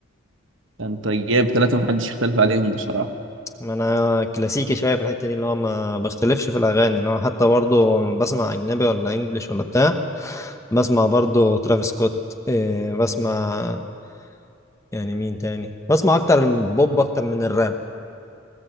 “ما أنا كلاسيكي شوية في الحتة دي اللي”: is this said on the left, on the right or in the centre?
Left